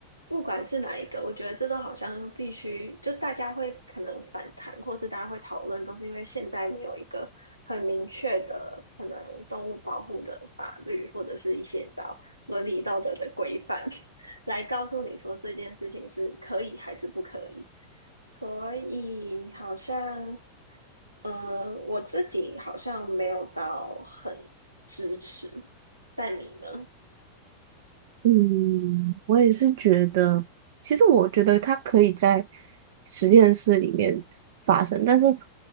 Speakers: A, on the right (about 85°); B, on the right (about 55°).
A: 不管是哪一个，我觉得这都好像必须，就大家会可能反弹，或是大家会讨论，都是因为现在没有一个很明确的可能动物保护的法律，或者是一些找伦理道德的规范，<laughs> 来告诉你说这件事情是可以还是不可以。所以好像，嗯，我自己好像没有到很支持，但你呢？
B: 嗯，我也是觉得，其实我觉得它可以在实验室里面发生，但是